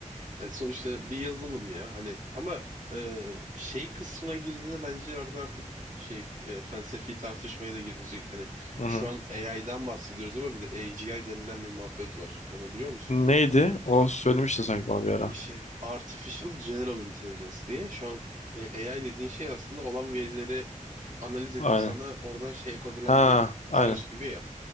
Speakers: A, on the right (about 80°); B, on the left (about 60°).
A: Yani sonuçta bir yazılım ya hani ama e, şey kısmına girdiğinde bence orada artık bir şey e, felsefi tartışmaya da girilecek. Hani
B: Hı hı.
A: şu an AI'dan bahsediyoruz ama bir de AGI denilen bir muhabbet var. Onu biliyor musun?
B: Neydi? O söylemiştin sanki bana bir ara.
A: Şey Artificial General Intelligence diye şu an e, AI dediğin şey aslında olan verileri analiz edip
B: Aynen.
A: sana oradan şey yapabilen
B: Ha,
A: bir
B: aynen.
A: araç gibi ya.